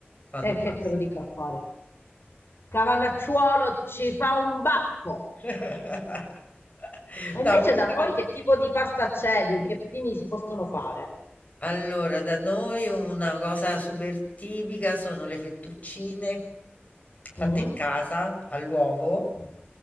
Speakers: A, on the left; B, on the left.
A: Fantastico.
B: e che te lo dico a fare? Cavanacciuolo ci fa un baffo.
A: <laughs>
B: Ma
A: No,
B: invece
A: comunque
B: da voi che tipo di pasta c'è? Di che primi si possono fare?
A: Allora, da noi una cosa super tipica sono le fettuccine fatte
B: Mm?
A: in casa all'uovo
B: Mm.